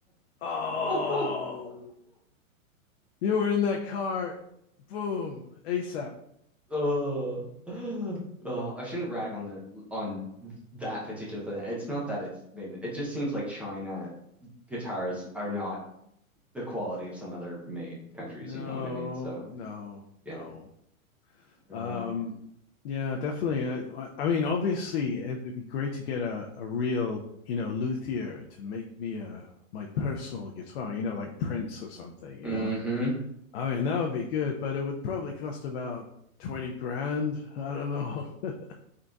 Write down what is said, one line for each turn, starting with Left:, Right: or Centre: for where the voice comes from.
Left: oh,
Centre: <laughs>
Left: you were in that car. Boom, ASAP.
Centre: Oh, oh, I shouldn't rag on the on that particular thing. It's not that it's made. It just seems like China guitars are not the quality of some other made countries,
Left: No,
Centre: you know what I mean? So,
Left: no,
Centre: yeah.
Left: no.
Centre: Oh
Left: Um,
Centre: man.
Left: yeah, definitely. I, I mean, obviously, it would be great to get a, a real, you know, luthier to make me a my personal guitar, you know, like Prince or something, you
Centre: Mm-hmm.
Left: know. I mean, that would be good, but it would probably cost about 20 grand. <laughs> I don't know. <laughs>